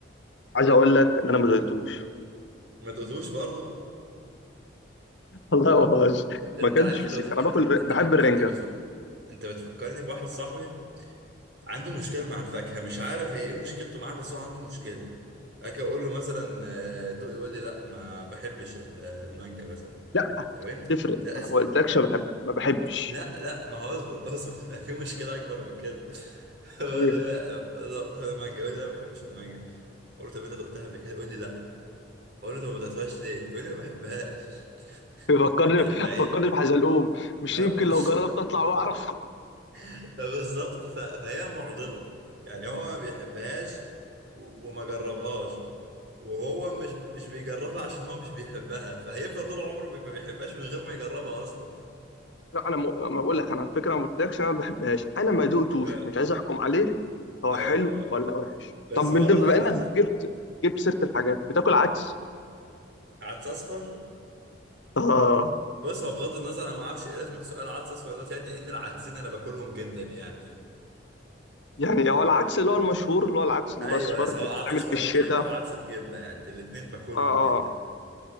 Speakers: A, on the left; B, on the right.
A: عايز أقول لك إن أنا ما دوقتوش
B: ما دوتوش برضه
A: <laughs> والله ما بهزر.
B: طب
A: ما
B: انت
A: أكلتش
B: عارف انت
A: فسيخ
B: بت... انت
A: أنا باكل ر-
B: انت
A: بحب
B: ب... انت
A: الرنجة
B: بتفكر انت بتفكرني بواحد صاحبي عنده مشكله مع الفاكهه مش عارف هي ايه مشكلته معاها بس هو عنده مشكله اجي اقول له مثلا آه، دوق يقول لي لا ما بحبش ال- المانجا مثلا
A: لا
B: طب انت
A: تفرق
B: لا
A: أنا
B: اسف
A: ما قلتلكش
B: لا
A: بحب ما بحبش
B: لا لا، ما هو اصبر اصبر <laughs> في مشكلة اكبر من كده <laughs> هو
A: ايه
B: ده خد المانجا يقول لي لا ما بحبش المانجا اقول له طب انت دقتها قبل كده يقول لي لا اقول له طب ما دقتهاش ليه يقول لي ما بحبهاش
A: فكرني
B: <laughs> ف- فهي
A: فكرني بحزلقوم مش
B: أه،
A: يمكن
B: ب-
A: لو جربت اطلع واعرف
B: <laughs> بالظبط ف- فهي معضلة يعني هو ما بيحبهاش و- وما جربهاش وهو مش مش بيجربها عشان هو مش بيحبها فهيفضل طول عمره بي- ما بيحبهاش من غير ما يجربها اصلا
A: لا انا م... ما بقول لك انا على فكره ما قلتلكش انا ما بحبهاش انا ما دقتوش
B: لا
A: مش عايز احكم عليه هو
B: لا
A: حلو
B: آه.
A: ولا وحش
B: بس
A: طب من
B: برضه
A: ده بما
B: انا
A: انك جبت جبت سيره الحاجات بتاكل عدس
B: عدس اصفر
A: اه
B: بص هو بغض النظر انا ما اعرفش ايه لازمه سؤال عدس اصفر دلوقتي يعني لان العدسين انا باكلهم جدا يعني
A: يعني هو العدس اللي هو المشهور اللي هو العدس الاصفر
B: ايوه سواء
A: اللي
B: عدس
A: بيتعمل
B: اصفر
A: في الشتاء
B: او تاني اللي هو عدس بجبه يعني الاتنين باكلهم
A: اه اه
B: جدا